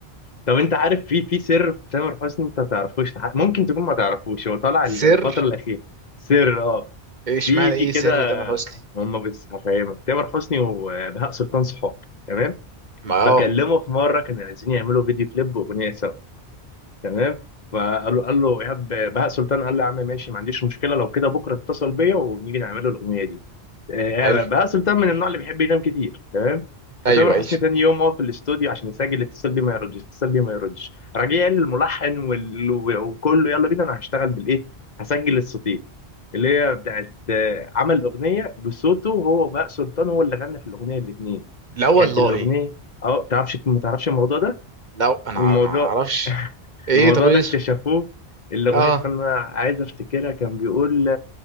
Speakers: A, on the left; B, on the right.
A: طب انت عارف في في سر في تامر حسني انت ما تعرفوش لحد ممكن تكون ما تعرفوش هو طالع ال-
B: سر
A: الفترة الأخيرة سر اه
B: ايش
A: في
B: معنى
A: كده
B: ايه سر تامر حسني
A: هم بس هفهمك تامر حسني وبهاء سلطان صحاب تمام
B: ما
A: فكلمه
B: اه
A: في مرة كانوا عايزين يعملوا فيديو كليب وأغنية سوا تمام فقال له قال له ايهاب بهاء سلطان قال له يا عم ماشي ما عنديش مشكله لو كده بكره اتصل بيا ونيجي نعمل له الاغنيه دي آه،
B: حلو
A: بهاء سلطان من النوع اللي بيحب ينام كتير تمام فتامر
B: ايوه ايوه
A: حسني تاني يوم هو في الاستوديو عشان يسجل اتصل بيه ما يردش اتصل بيه ما يردش راجع قال للملحن وال... وكله يلا بينا انا هشتغل بالايه هسجل الصوتين اللي هي بتاعت آه، عمل اغنيه بصوته هو بهاء سلطان هو اللي غنى في الاغنيه الاثنين
B: لا والله
A: كانت الاغنيه اه تعرفش ما تعرفش الموضوع ده
B: لو انا
A: الموضوع
B: عار- ما اعرفش
A: <laughs>
B: ايه
A: الموضوع
B: طب ايه
A: ده
B: اسمه
A: اكتشفوه الأغنية
B: اه
A: استنى عايز أفتكرها كان بيقول